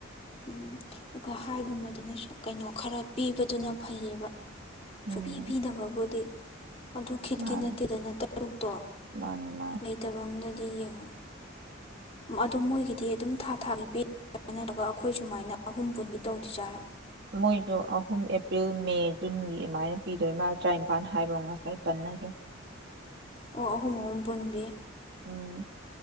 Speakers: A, on the left; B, on the right.
A: ꯎꯝ ꯑꯒ ꯍꯥꯏꯒꯨꯝꯃꯗꯨꯅꯁꯨ ꯀꯩꯅꯣ ꯈꯔ ꯄꯤꯕꯗꯨꯅ ꯐꯩꯌꯦꯕ
B: ꯎꯝ
A: ꯁꯨꯄꯤ ꯄꯤꯗꯕ ꯕꯨꯗꯤ ꯑꯗꯨ ꯈꯤꯠꯀꯤ
B: ꯃꯥꯅꯤ
A: ꯅꯠꯇꯦꯗꯅ ꯇꯔꯨꯛꯇꯣ
B: ꯃꯥꯅꯤ ꯃꯥꯅꯤ
A: ꯂꯩꯇꯕ ꯑꯝꯗ ꯗꯤ ꯌꯦꯡꯉꯣ ꯑꯗꯣ ꯃꯣꯏꯒꯤꯗꯤ ꯑꯗꯨꯝ ꯊꯥ ꯊꯥꯒꯤ ꯄꯤꯔ <unintelligible> ꯒ ꯅꯠꯇ꯭ꯔꯒ <unintelligible> ꯑꯈꯣꯏ ꯁꯨꯃꯥꯏꯅ ꯑꯍꯨꯝ ꯄꯨꯟꯕꯤ ꯇꯧꯗꯣꯏꯖꯥꯔꯥ
B: ꯃꯣꯏꯁꯨ ꯑꯍꯨꯝ ꯑꯦꯄ꯭ꯔꯤꯜ ꯃꯦ ꯖꯨꯟꯒꯤ ꯑꯗꯨꯃꯥꯏꯅ ꯄꯤꯗꯣꯏ ꯃꯥꯜ ꯇꯔꯥꯅꯤꯄꯥꯟ ꯍꯥꯏꯕ꯭ꯔꯥ ꯉꯁꯥꯏ ꯄꯟꯅꯒꯤꯝ
A: ꯑꯣ ꯑꯍꯨꯝ ꯑꯍꯨꯝ ꯄꯨꯟꯕꯤ
B: ꯎꯝ